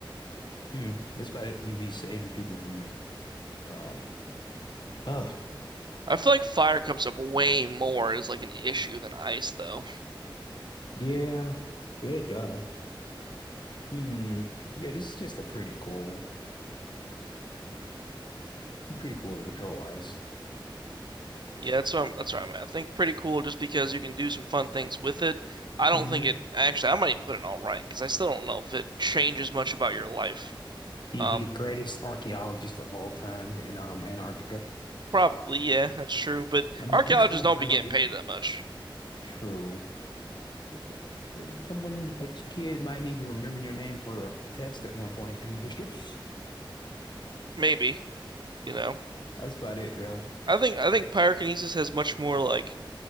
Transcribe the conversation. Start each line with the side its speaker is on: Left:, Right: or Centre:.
Left: hmm. That's about it. You'd be saving people from. Um, oh,
Right: I feel like fire comes up way more as like an issue than ice, though.
Left: yeah, yeah, duh. Hmm. Yeah, this is just a pretty cool, pretty cool to control ice.
Right: Yeah, that's what I'm, that's what I'm at. I think pretty cool just because you can do some fun things with it. I don't
Left: hmm
Right: think it actually. I might even put it all right because I still don't know if it changes much about your life.
Left: He'd
Right: Um,
Left: be the greatest archaeologist of all time in um Antarctica.
Right: probably yeah, that's true. But
Left: I'm
Right: archaeologists
Left: just, I'm just gonna
Right: don't
Left: bring
Right: be getting
Left: up the
Right: paid that much.
Left: true, but th th someone like your kid might need to remember your name for a test at one point in history. <laughs>
Right: Maybe you know.
Left: That's about it, really.
Right: I think I think pyrokinesis has much more like